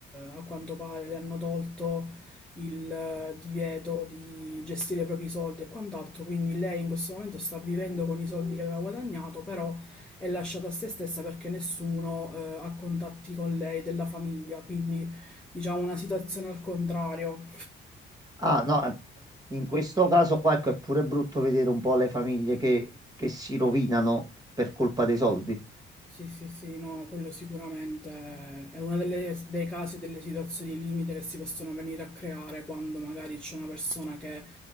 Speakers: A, in the centre; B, on the right (about 20°).
A: a quanto pare le hanno tolto il eh, divieto di gestire i propri soldi e quant'altro, quindi lei in questo momento sta vivendo con i soldi che aveva guadagnato, però è lasciata a se stessa perché nessuno eh, ha contatti con lei della famiglia, quindi diciamo una situazione al contrario.
B: Ah, no, eh, in questo caso qua, ecco, è pure brutto vedere un po' le famiglie che, che si rovinano per colpa dei soldi.
A: Sì, sì, sì, no, quello sicuramente è uno delle- dei casi, delle situazioni limite che si possono venire a creare quando magari c'è una persona che